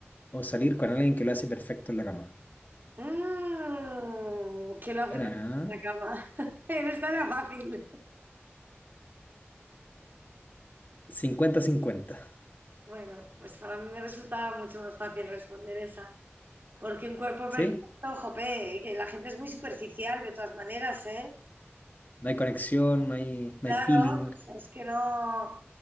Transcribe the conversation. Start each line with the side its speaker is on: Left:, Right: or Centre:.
Left: O salir con alguien que lo hace perfecto en la cama.
Right: Mmm, que lo hace
Left: Buena,
Right: perfecto en la cama. <laughs> Pero esta era fácil.
Left: eh cincuenta 50-50.
Right: Bueno, pues para mí me resultaba mucho más fácil responder esa. Porque un cuerpo perfecto,
Left: ¿Sí?
Right: jope, que la gente es muy superficial de todas maneras, ¿eh?
Left: No hay conexión, no hay, no
Right: Claro,
Left: hay feeling.
Right: o sea, es que no,